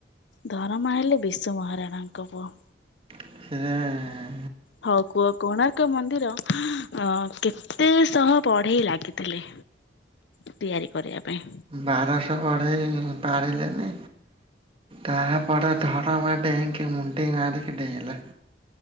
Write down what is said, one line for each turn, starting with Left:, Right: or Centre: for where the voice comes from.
Left: ଧରମା ହେଲେ ବିଶୁ ମହାରାଣାଙ୍କ ପୁଅ।
Right: ସେ
Left: ହଉ କୁହ କୋଣାର୍କ ମନ୍ଦିର ଅ କେତେ ଶହ ବଢେଇ ଲାଗିଥିଲେ? ତିଆରି କରିବା ପାଇଁ।
Right: ବାରଶହ ବଢେଇ ପାରିଲେନି ତାପଡେ ଧରମା ଡେଇଁକି ମୁଣ୍ଡି ମାରିକି ଡେଇଁଲା।